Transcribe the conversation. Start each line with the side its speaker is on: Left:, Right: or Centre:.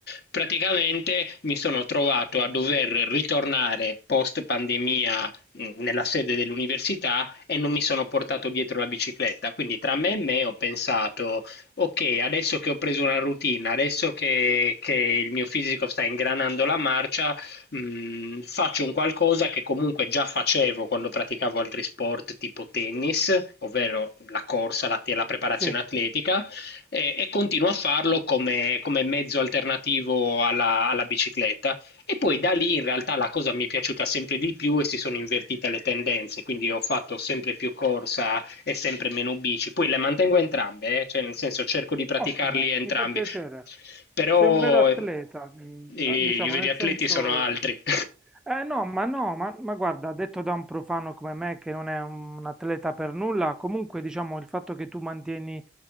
Left: praticamente mi sono trovato a dover ritornare post pandemia mh, nella sede dell'università e non mi sono portato dietro la bicicletta. Quindi tra me e me ho pensato, ok, adesso che ho preso una routine, adesso che, che il mio fisico sta ingranando la marcia, mh, faccio un qualcosa che comunque già facevo quando praticavo altri sport tipo tennis, ovvero la corsa, la la preparazione
Centre: sì.
Left: atletica e, e continuo a farlo come, come mezzo alternativo alla, alla bicicletta. E poi da lì in realtà la cosa mi è piaciuta sempre di più e si sono invertite le tendenze, quindi ho fatto sempre più corsa e sempre meno bici. Poi le mantengo entrambe, eh, Cioè nel senso cerco di praticarli
Centre: Ottimo,
Left: entrambi,
Centre: mi fa piacere.
Left: però
Centre: Sei un vero atleta,
Left: eh,
Centre: mm,
Left: i
Centre: diciamo
Left: veri
Centre: nel
Left: atleti
Centre: senso
Left: sono altri. <laughs>
Centre: eh no, ma no, ma, ma guarda, detto da un profano come me che non è un atleta per nulla, comunque diciamo il fatto che tu mantieni